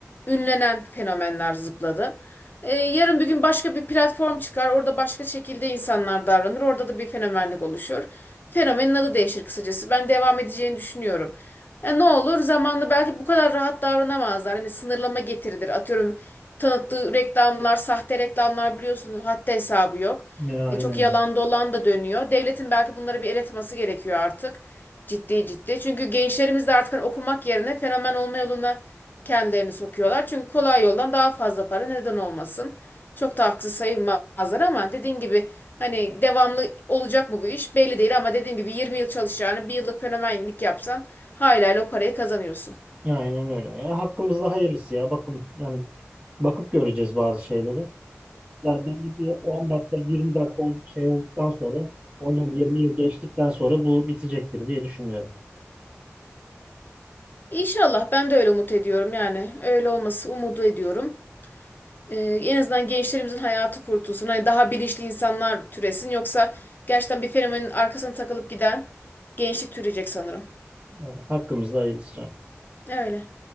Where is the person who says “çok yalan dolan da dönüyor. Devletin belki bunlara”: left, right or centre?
Left